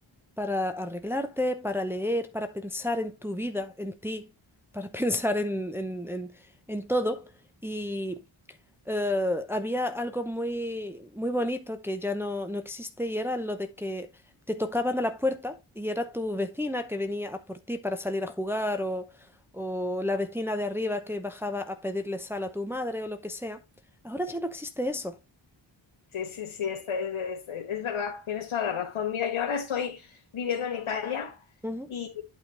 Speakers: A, in the centre; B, on the left (about 85°).
A: para arreglarte, para leer, para pensar en tu vida, en ti, para <laughs> pensar en, en, en- en todo. Y eh, había algo muy, muy bonito que ya no, no existe y era lo de que te tocaban a la puerta y era tu vecina que venía a por ti para salir a jugar o, o la vecina de arriba que bajaba a pedirle sal a tu madre o lo que sea. Ahora ya no existe eso.
B: Sí, sí, sí, esta- es, es- es verdad, tienes toda la razón. Mira, yo ahora estoy viviendo en Italia
A: Ujú.
B: y,